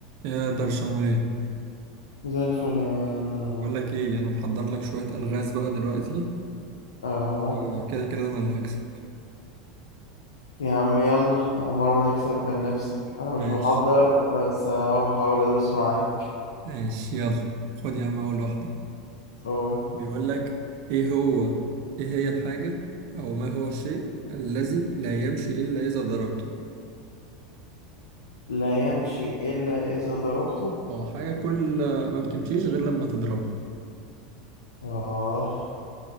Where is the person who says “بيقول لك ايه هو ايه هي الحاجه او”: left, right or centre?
Right